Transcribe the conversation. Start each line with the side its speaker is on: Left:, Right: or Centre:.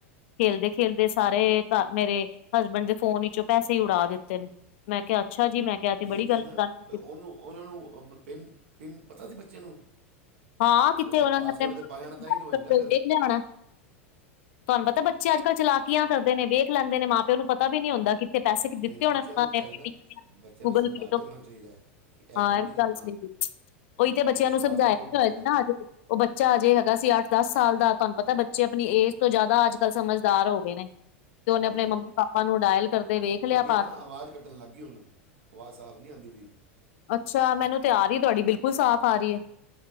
Left: ਖੇਲਦੇ - ਖੇਲਦੇ ਸਾਰੇ ਮੇਰੇ ਹਸਬੈਂਡ ਦੇ ਫੋਨ ਵਿੱਚੋਂ ਪੈਸੇ ਉਡਾ ਦਿੱਤੇ ਨੇ। ਮੈਂ ਕਿਹਾ ਅੱਛਾ ਜੀ ਮੈਂ ਕਿਹਾ
Right: ਇਹ
Left: ਬੜੀ
Right: ਤੇ
Left: ਗਲਤ
Right: ਨਾ,
Left: ਗੱਲ ਕੀਤੀ
Right: ਉਹਨੂੰ ਉਹਨਾਂ ਨੂੰ ਪਿੰਨ ਪਿੰਨ ਪਤਾ ਸੀ ਬੱਚੇ ਨੂੰ।
Left: ਹਾਂ ਕਿੱਥੇ
Right: ਉਹਦਾ
Left: ਉਹਨਾਂ
Right: ਪਾਸਵਰਡ
Left: ਨੇ ਆਪਣੇ ਮਾਂ-
Right: ਤੇ ਪਾਇਆ
Left: ਪਿਓ
Right: ਨਾ ਤਾਂ ਹੀ ਤਾਂ ਹੋਇਆ ਨਾ ਫਿਰ
Left: ਨੂੰ
Right: ਤੇ
Left: ਲਿਆਉਣਾ? ਕਿੱਥੇ ਉਹਨਾਂ ਨੇ ਆਪਣੇ ਮਾਂ- ਪਿਓ ਨੂੰ ਲਿਆਉਣਾ? ਤੇ ਪੈਸੇ ਦਿੱਤੇ
Right: ਫਿਰ
Left: ਹੋਣੇ,
Right: ਬੱਚਿਆਂ
Left: ਉਹਨਾ
Right: ਨੂੰ ਪਹਿਲੇ
Left: ਨੇ, ਪੀ-
Right: ਨਾ
Left: ਪੀ
Right: ਬੱਚਿਆਂ
Left: ਗੂਗਲ
Right: ਨੂੰ ਸਮਝਾ
Left: ਪੇ
Right: ਕੇ
Left: ਤੋਂ।
Right: ਰੱਖਣਾ ਚਾਹੀਦਾ ਹੈ ਕਿ ਇਹ
Left: ਹਾਂ
Right: ਕੰਮ ਨਹੀਂ ਕਰਨਾ
Left: ਗੱਲ ਸਹੀ ਉਹੀ ਤੇ
Right: ਤੂੰ
Left: ਬੱਚਿਆਂ
Right: ਵਿਸ਼ਵਾਸ
Left: ਨੂੰ ਸਮਝਾਇਆ
Right: ਨਹੀਂ ਤੋੜਨਾ
Left: ਵੀ ਹੋਇਆ
Right: ਮੇਰਾ
Left: ਸੀ ਨਾ <unintelligible> ਉਹ ਬੱਚਾ ਅਜੇ ਹੈਗਾ ਸੀ, ਅੱਠ - ਦਸ ਸਾਲ ਦਾ। ਤੁਹਾਨੂੰ ਪਤਾ, ਬੱਚੇ ਆਪਣੀ ਏਜ ਤੋਂ ਜ਼ਿਆਦਾ ਆਜ। ਕੱਲ੍ਹ ਸਮਝਦਾਰ ਹੋ ਗਏ ਨੇ। ਤੇ ਓਹਨੇ
Right: ਹਾਂ
Left: ਆਪਣੇ ਮੰਮੀ - ਪਾਪਾ ਨੂੰ ਡਾਇਲ ਕਰਦੇ ਵੇਖ ਲਿਆ,
Right: ਤੁਹਾਡੀ
Left: ਪਾ
Right: ਨਾ ਆਵਾਜ਼ ਕੱਟਣ ਲੱਗ ਗਈ ਹੁਣ ਆਵਾਜ਼ ਸਾਫ਼ ਨਹੀਂ ਆਉਦੀ ਪਈ।
Left: ਅੱਛਾ, ਮੈਨੂੰ ਤੇ ਆ ਰਹੀ ਹੈ। ਤੁਹਾਡੀ ਬਿਲਕੁਲ ਸਾਫ਼ ਆ ਰਹੀ ਹੈ।